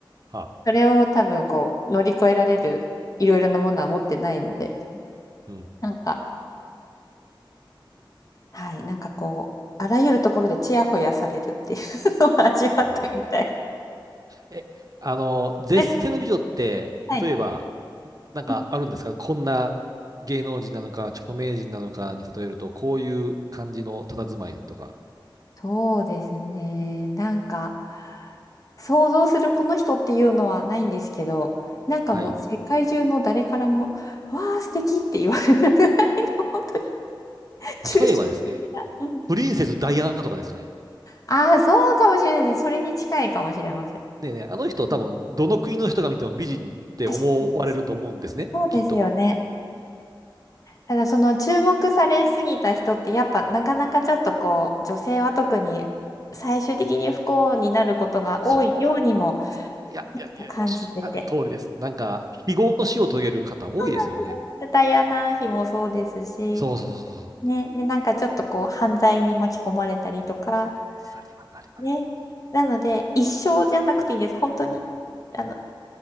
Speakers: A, on the right (about 45°); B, on the left (about 40°).
A: は、
B: それを多分こう、乗り越えられるいろいろなものは持ってないので、
A: うん。
B: なんか、はい、なんかこう、あらゆるところでちやほやされるっていうのを <laughs> 味わってみたい。
A: おー。え、あの、絶世の美女って、
B: <laughs> はい。
A: 例えば、なんかあるんですかこんな芸能人なのか、
B: うん
A: 著名人なのかに例えると、こういう感じの佇まいとか。
B: そうですね。なんか、想像するこの人っていうのはないんですけど、なんかもう世界中の誰からも、
A: はい。
B: わあ、素敵って言われるぐらいの、本当に抽象的な。
A: 例えばですね、
B: うん、
A: プリンセスダイアナとかですかね。
B: ああ、そうかもしれないです。それに近いかもしれません。
A: ねえねえ、あの人多分、
B: うん
A: どの国の人が見ても美人って思われると思うんですね、
B: 確かに、確かに。そうですよね。
A: きっと。
B: ただその注目されすぎた人ってやっぱなかなかちょっとこう女性は特に最終的に不幸になることが多いようにも
A: そうです。いや、
B: ちょっと感じてて。
A: いや、いや、おっしゃる通りです。なんか、非業の死を遂げる方多いですよね。
B: そうなんですねダイアナ妃もそうですし、
A: そうそうそうそう。わ
B: ね、で、なんかちょっとこう犯罪に巻き込まれたりとか、
A: かりますわかります
B: ね。なので一生じゃなくていいんです。本当に。あの、